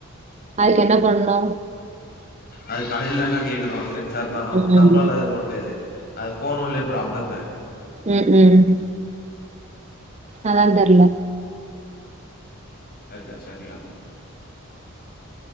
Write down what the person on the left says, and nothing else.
அது கடையில் தாங்க்கா கேக்குறோ சென்ஸ் தர்னா
நம்மளால இது பண்ண முடியாது அது ஃபோன் உள்ளே ப்ராப்ளம்மு
இட்டாரியா சரியா